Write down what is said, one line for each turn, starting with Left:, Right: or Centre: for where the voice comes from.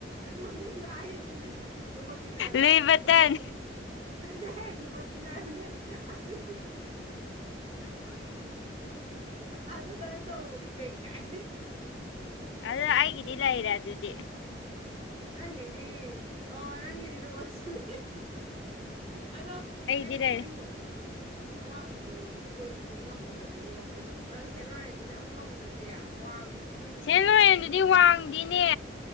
Right: ꯃꯃꯤꯡꯗꯣ ꯍꯥꯏ ꯍꯩꯇꯦꯅꯦ ꯂꯨꯕꯇ ꯅꯥꯏꯕ꯭ꯔ
Left: ꯂꯨꯏꯕꯇꯟ
Right: ꯂꯨꯕꯇ ꯍꯦ ꯂꯨꯕꯠ ꯆꯅꯥꯏꯅꯦ ꯑꯗꯨ ꯑꯗꯨꯃꯥꯏꯅ ꯇꯧꯕꯕꯨꯗꯤ ꯀꯩ ꯀꯥꯏ
Left: ꯑꯗꯨ ꯑꯩꯒꯤꯗꯤ ꯂꯩꯔꯦ ꯑꯗꯨꯗꯤ
Right: ꯅꯪꯒꯤꯗꯤ ꯑꯣ ꯅꯪꯒꯤꯗꯤ ꯅꯉꯣꯁꯤꯅꯦ ꯑꯗꯣ
Left: ꯑꯩꯗꯤ
Right: ꯑꯩꯅ ꯈꯨꯅꯤꯡ
Left: ꯂꯩꯔꯦ
Right: ꯈꯨꯅꯤꯡ ꯑꯋꯥꯡꯕꯗꯨ ꯀꯣꯏꯅ ꯇꯣꯡ ꯉꯝꯃꯣꯏꯗꯕꯒꯤ ꯋꯥꯈꯜꯁꯦ ꯈꯪꯕ ꯅꯪ ꯁꯦꯟꯂꯣꯔꯦꯟꯗꯨꯗꯤ ꯑꯃꯨꯛ ꯉꯝꯗ꯭ꯔꯗꯤ ꯋꯥꯡꯉꯤꯗꯨ
Left: ꯁꯦꯟ ꯂꯣꯏꯦꯟꯗꯨꯗꯤ ꯋꯥꯡꯗꯤꯅꯦ